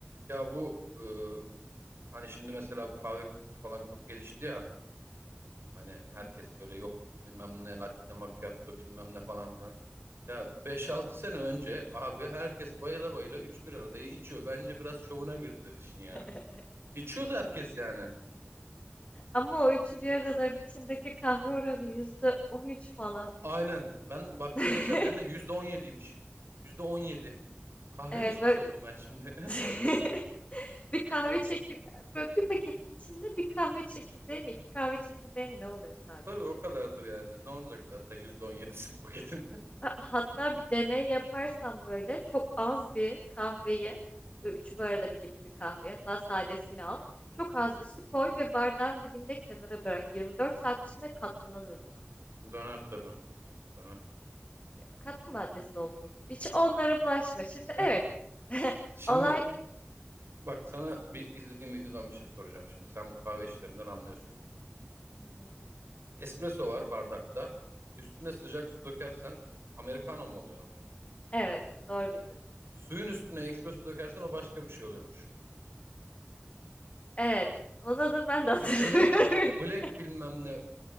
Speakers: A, on the right; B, on the left.
A: Ya bu e, hani şimdi mesela bu kahve kültürü falan çok gelişti ya. Hani herkes
B: Hı hı.
A: böyle yok bilmem ne latte macchiato bilmem ne falan filan. Ya beş altı sene önce abi herkes bayıla bayıla 3 bir aradayı içiyor. Bence biraz şovuna girdiler işin ya.
B: <laughs>
A: İçiyordu herkes yani.
B: Ama o üçü bir aradaların içindeki kahve oranı yüzde on üç falan.
A: Aynen. Ben baktım
B: <laughs>
A: geçen birine %17'ymiş. %17. Kahve
B: Evet
A: mi içmiş
B: böyle
A: oldum ben şimdi? <laughs>
B: <laughs> bir kahve çekirdeği böyle bir paketin içinde bir kahve çekirdeği mi iki kahve çekirdeği mi ne oluyor sadece?
A: Tabii o kadardır yani. Ne olacak zaten %17'si bir paketin?
B: Ha- Hatta bir deney yaparsam böyle çok az bir kahveyi, üç bu arada bir gibi bir kahveyi hatta sadesini al. Çok az bir su koy ve bardağın dibinde kenara bırak. 24 saat içinde katrına dönüyor.
A: <laughs> Döner tabii. Döner.
B: Katkı maddesi o full. Hiç onlara bulaşma. Şimdi
A: <laughs>
B: evet. <laughs>
A: Şimdi
B: Olay...
A: Bak sana bir izlediğim videodan bir şey soracağım şimdi. Sen bu kahve işlerinden anlıyorsun.
B: Hı hı.
A: Espresso var bardakta. Üstüne sıcak su dökersen Americano mu oluyor?
B: Evet doğru bildin.
A: Suyun üstüne espresso dökersen o başka bir şey oluyormuş.
B: Evet. Onun adını ben de hatırlamıyorum.
A: Black, black
B: <laughs>
A: bilmem ne,